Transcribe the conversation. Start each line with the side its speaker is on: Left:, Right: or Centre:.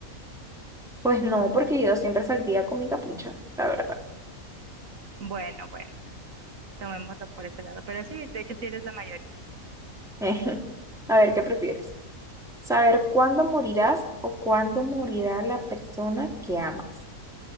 Centre: Pues no, porque yo siempre saldría con mi capucha, la verdad.
Right: Bueno, bueno, tomémoslo por ese lado. Pero sí, de hecho sí eres la mayoría.
Centre: <laughs> A ver, ¿qué prefieres? ¿Saber cuándo morirás o cuándo morirá la persona que amas?